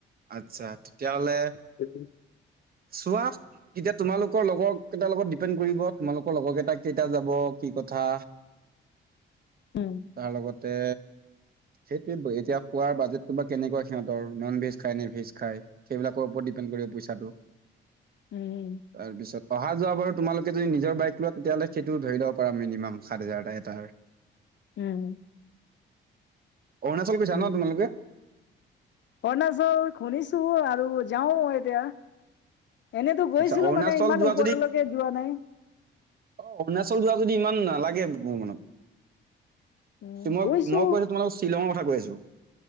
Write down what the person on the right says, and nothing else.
আতচ্ছা তেতিয়াহ'লে
চোৱা তেতিয়া তোমালোকৰ লগৰ কেইটাৰ লগত ডিপেণ্ড কৰিব। তোমালোকৰ লগৰ কেইটা, কেইটা যাব কি কথা।
তাৰ লগতে সেইটোৱে, এতিয়া খোৱাৰ বাজেটটো বা কেনেকুৱা সিহঁতৰ ন'ন ভেজ খায় নে ভেজ খায়? সেইবিলাকৰ ওপৰত ডিপেণ্ড কৰিব পইচাটো।
তাৰপিছত অহা যোৱা বাৰু, তোমালোকে যদি নিজৰ বাইক লোৱা, তেতিয়াহ'লে সেইটো ধৰি ল'ব পাৰা মিনিমাম সাত হাজাৰটা, এটাৰ। <inaudible>
অৰুণাচল গৈছা
ন তোমালোকে?
আচ্ছা অৰুণাচল
যোৱা
যদি
অ', অৰুণাচল যোৱা যদি ইমান নালাগে <unintelligible>
মই-
মই কৈছো তোমালোকক শ্বিলঙৰ কথা কৈ আছিলো।